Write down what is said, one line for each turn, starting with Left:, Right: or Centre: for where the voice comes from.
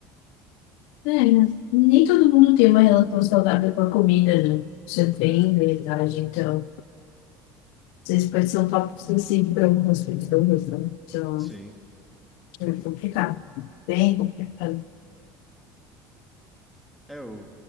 Left: É, né? nem todo mundo tem uma relação saudável com a comida, né? Isso é bem
Centre: É,
Left: verdade. Então, vocês podem ser um tópico sensível para algumas pessoas, né? Então,
Centre: sim.
Left: é complicado. Bem complicado.
Centre: É, o